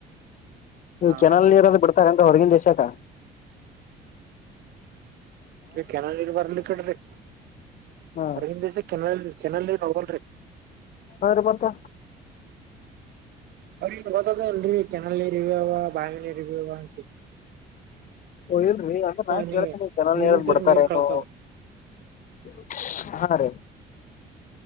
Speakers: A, on the left; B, on the right.
A: ಇವು
B: ಹಾ
A: ಕೆನಾಲ್ ನೀರದು ಬಿಡ್ತಾರೆನ್ರಿ ಹೊರಗಿನ್ ದೇಶಕ್ <inaudible>
B: ಏ ಕೆನಾಲ್ ನೀರ್ ಬರ್ಲಿ ಇಕಡ್ರಿ ರೀ
A: ಹಾ
B: ಹೊರಗಿನ್ ದೆಶಕ್ ಕೆನಾಲ್ ಕೆನಲ್ ನೀರ್ ಹೋಗಲ್ರಿ.
A: ಹಾ ರಿ ಮತ್ತ್
B: ಅವ್ರಿಗೆನ್ ಗೊತ್ತದ ಅಲ್ರರಿ ಕೆನಲ್ ಇರಿವ್ಯವ ಬಾವಿ ಇರಿವ್ಯವ ಅಂತಿತ್ತ್
A: ಓ ಇಲ್ರಿ ಅಂದ್ರ ನಾನ್
B: ನೀ
A: ಕೇಳ್ತೀನಿ ಕೆನಾಲ್
B: ನೀರಿನ್
A: ನೀರದ್
B: ಸೇರಿ
A: ಬಿಡ್ತಾರೇನೋ
B: ನೀರ್ ಕಳ್ಸೋದು
A: <unintelligible> ಹಾನರೀ